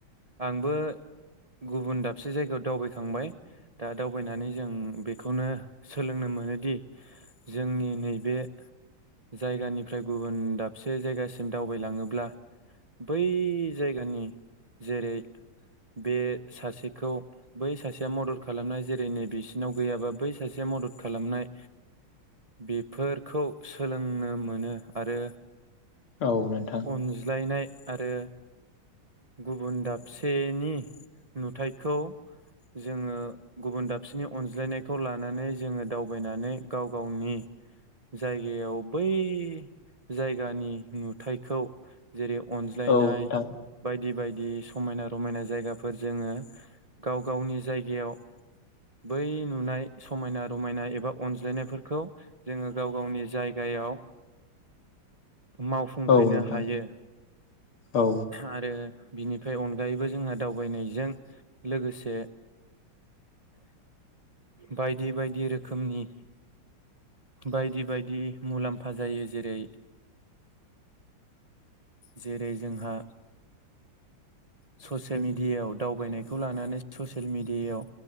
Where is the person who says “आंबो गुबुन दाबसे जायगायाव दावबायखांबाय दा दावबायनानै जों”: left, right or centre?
Right